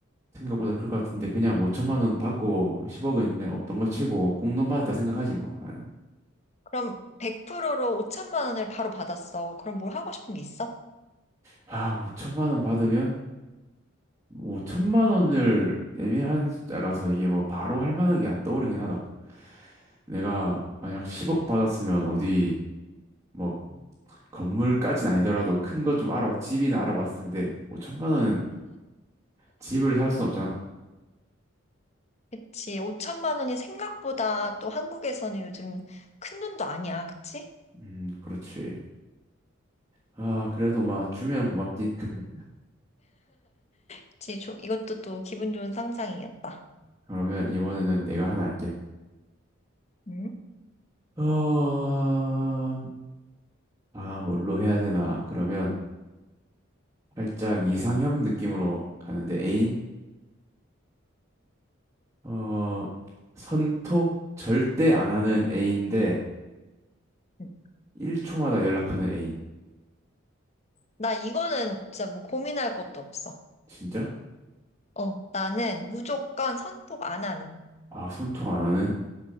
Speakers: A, on the right; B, on the left.
A: 생각보다 클 것 같은데 그냥 5천만 원 받고 10억은 그냥 없던 걸 치고 꽁돈 받았다 생각하지 뭐 나는
B: 그럼 100%로 5천만 원을 바로 받았어. 그럼 뭘 하고 싶은 게 있어?
A: 아 5천만 원 받으면 5천만 원을 애매한 숫자라서 이게 뭐 바로 할 만한 게 안 떠오르긴 하다 내가 만약 10억 받았으면 어디 뭐 건물까진 아니더라도 큰 거 좀 알아봐 집이나 알아봤을 텐데 5천만 원은 집을 살 순 없잖아
B: 그치, 5천만 원이 생각보다 또 한국에서는 요즘 큰 돈도 아니야. 그치?
A: 음 그렇지 아 그래도 막 주면 고맙지 <laughs>
B: 그치, 조- 이것도 또 기분 좋은 상상이었다.
A: 그러면 이번에는 내가 하나 할게
B: 응?
A: 어... 아, 뭘로 해야 되나? 그러면 살짝 이상형 느낌으로 가는데 애인? 어, 선톡 절대 안 하는 애인데
B: 응.
A: 1초마다 연락하는 애인.
B: 나 이거는 진짜 뭐 고민할 것도 없어.
A: 진짜?
B: 어, 나는 무조건 선톡 안 하는.
A: 아, 선톡 안 하는?